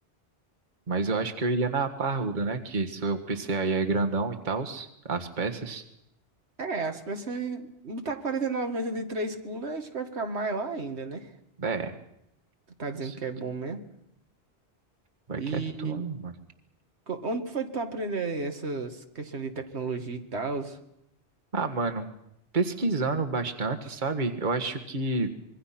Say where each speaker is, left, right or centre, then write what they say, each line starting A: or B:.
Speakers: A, on the right; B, on the right.
A: Mas eu acho que eu iria na parruda, né? Que seu PC aí é grandão e tal, as peças.
B: É, as peças. Botar quarenta e nove vezes de 3 cooler, acho que vai ficar maior ainda, né?
A: É,
B: Tu tá dizendo
A: você
B: que é bom mesmo.
A: vai
B: e
A: que é tua, mano.
B: Co- Onde foi que tu aprendeu essas questões de tecnologia e tal?
A: Ah, mano, pesquisando bastante, sabe? Eu acho que